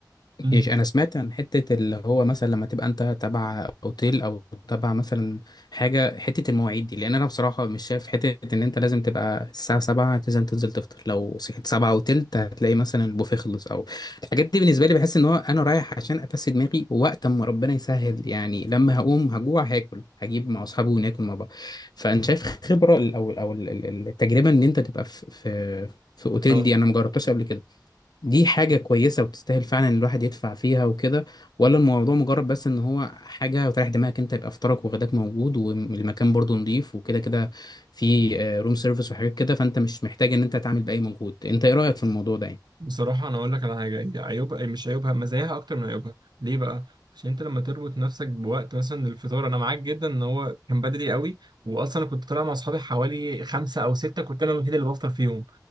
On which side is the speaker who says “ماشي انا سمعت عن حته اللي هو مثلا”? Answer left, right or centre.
Left